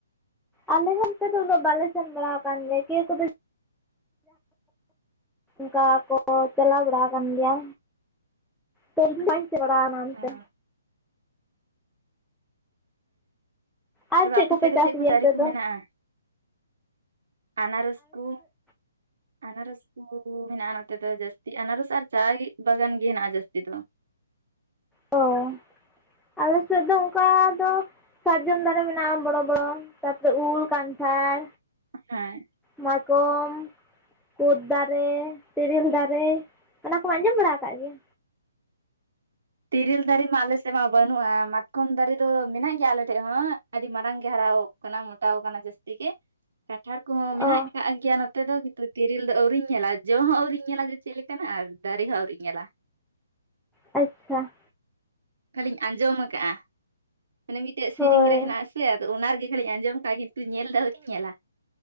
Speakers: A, in the centre; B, on the right.
A: ᱟᱞᱮ ᱫᱚ ᱚᱱᱛᱮ ᱫᱚ ᱩᱱᱟᱹᱜ ᱵᱟᱞᱮ ᱥᱮᱱ ᱵᱟᱲᱟ ᱟᱠᱟᱱ ᱜᱮᱭᱟ <inaudible> ᱠᱮ ᱠᱚᱫᱚ ᱚᱱᱠᱟ ᱠᱚ ᱪᱟᱞᱟᱣ ᱵᱟᱲᱟ ᱟᱠᱟᱱ ᱜᱮᱭᱟ ᱛᱤᱧ ᱦᱚᱸ ᱵᱟᱧ ᱪᱟᱞᱟᱣ ᱵᱟᱲᱟᱣ ᱚᱱᱛᱮ
B: ᱚ
A: ᱟᱨ
B: ᱛᱚᱵᱮ ᱟᱯᱮ
A: ᱠᱚᱯᱮ
B: ᱥᱮᱫ ᱫᱚ
A: ᱪᱟᱥ
B: ᱪᱮᱫ
A: ᱜᱮᱭᱟ
B: ᱠᱚ ᱫᱟᱨᱮ
A: ᱚᱱᱛᱮ
B: ᱠᱚ
A: ᱫᱚ
B: ᱢᱮᱱᱟᱜ-ᱟ ᱟᱱᱟᱨᱚᱥ ᱠᱚ
A: ᱦ <unintelligible>
B: ᱟᱱᱟᱨᱚᱥ ᱠᱚ ᱢᱮᱱᱟᱜ-ᱟ ᱱᱚᱛᱮ ᱫᱚ ᱡᱟᱹᱥᱛᱤ ᱟᱱᱟᱨᱚᱥ ᱟᱨ ᱪᱟ ᱵᱟᱜᱟᱱ ᱜᱮ ᱦᱮᱱᱟᱜ-ᱟ ᱡᱟᱹᱥᱛᱤ ᱫᱚ
A: ᱦᱚᱭ ᱟᱞᱮ ᱥᱮᱫ ᱫᱚ ᱚᱱᱠᱟ ᱫᱚ ᱥᱟᱨᱡᱚᱢ ᱫᱟᱨᱮ ᱢᱮᱱᱟᱜ-ᱟ ᱵᱚᱲᱚ ᱵᱚᱲᱚ ᱛᱟᱨᱯᱚᱨᱮ ᱩᱞ ᱠᱟᱱᱴᱷᱟᱲ
B: ᱦᱮᱸ
A: ᱢᱟᱠᱚᱢ ᱠᱩᱫ ᱫᱟᱨᱮ ᱛᱮᱨᱮᱞ ᱫᱟᱨᱮ ᱚᱱᱟ ᱠᱚᱢᱟ ᱟᱸᱡᱚᱢ ᱵᱟᱲᱟ ᱟᱠᱟᱫ ᱜᱮᱭᱟ
B: ᱛᱨᱮᱞ ᱫᱟᱨᱮ ᱢᱟ ᱟᱞᱮᱥᱮᱫ ᱢᱟ ᱵᱟᱹᱱᱩᱜ-ᱟ ᱢᱟᱛᱠᱚᱢ ᱫᱟᱨᱮ ᱫᱚ ᱢᱮᱱᱟᱜ ᱜᱮᱭᱟ ᱟᱞᱮ ᱴᱷᱮᱱ ᱦᱚᱸ ᱟᱹᱰᱤ ᱢᱟᱨᱟᱝ ᱜᱮ ᱦᱟᱨᱟ ᱚᱜ ᱥᱟᱱᱟᱢ ᱢᱚᱴᱟᱣ ᱟᱠᱟᱱᱟ ᱡᱟᱹᱥᱛᱤ ᱜᱮ ᱠᱟᱱᱴᱷᱟᱲ ᱠᱚᱦᱚᱸ ᱢᱮᱱᱟᱜ
A: ᱚ
B: ᱜᱮᱭᱟ ᱜᱮᱭᱟ ᱱᱚᱛᱮ ᱫᱚ ᱠᱤᱱᱛᱩ ᱛᱮᱤᱨᱤᱞ ᱫᱚ ᱟᱹᱣᱨᱤᱧ ᱧᱮᱞᱟ ᱡᱚ ᱦᱚᱸ ᱟᱹᱣᱨᱤᱧ ᱧᱞᱟ ᱡᱮ ᱪᱮᱫ ᱞᱮᱠᱟᱱᱟᱜ ᱟᱨ ᱫᱟᱨᱮ ᱦᱚᱸᱚᱸ ᱟᱹᱣᱨᱤᱧ ᱧᱮᱞᱟ
A: ᱟᱪᱷᱟ
B: ᱠᱷᱟᱹᱞᱤᱧ ᱟᱸᱡᱚᱢ ᱟᱠᱟᱫ-ᱟ ᱢᱟᱱᱮ ᱢᱤᱫᱴᱮᱡ
A: ᱦᱳᱭ
B: ᱥᱮᱨᱮᱧ ᱨᱮ ᱦᱮᱱᱟᱜ-ᱟ ᱥᱮ ᱟᱫᱚ ᱚᱱᱟ ᱨᱮᱜᱮ ᱠᱷᱟᱹᱞᱤᱧ ᱟᱸᱡᱚᱢ ᱟᱠᱟᱫᱜ-ᱟ ᱠᱤᱱᱛᱩ ᱧᱮᱞ ᱫᱚ ᱟᱹᱣᱨᱤᱧ ᱧᱮᱞᱟ